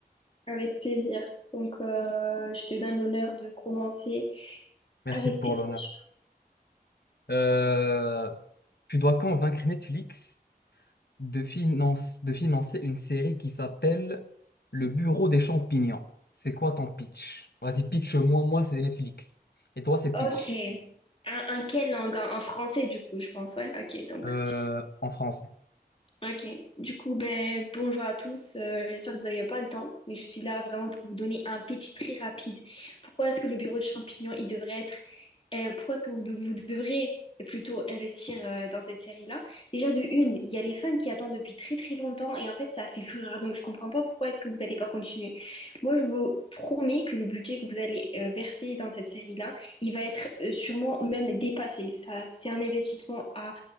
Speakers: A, on the left; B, on the left.
A: avec plaisir. Donc, euh, je te donne l'honneur de commencer
B: merci
A: avec
B: pour
A: tes questions.
B: l'honneur. Euh, tu dois convaincre Netflix de finance, de financer une série qui s'appelle Le Bureau des champignons. C'est quoi ton pitch? Vas-y, pitch-moi. Moi, c'est Netflix. Et toi, c'est
A: Ok.
B: pitch.
A: Un en quelle langue? En, en français, du coup, je pense. Ouais, ok. Donc,
B: Euh, en français.
A: Ok, du coup, ben, bonjour à tous. Euh, j'espère que vous n'avez pas le temps, mais je suis là vraiment pour vous donner un pitch très rapide. Pourquoi est-ce que le bureau de champignons, il devrait être, euh, pourquoi est-ce que vous, de- vous devrez plutôt investir euh, dans cette série-là? Déjà, de une, il y a les fans qui attendent depuis très très longtemps et en fait, ça fait fureur, donc je comprends pas pourquoi est-ce que vous n'allez pas continuer. Moi, je vous promets que le budget que vous allez euh, verser dans cette série-là, il va être euh, sûrement même dépassé. Ça, c'est un investissement à,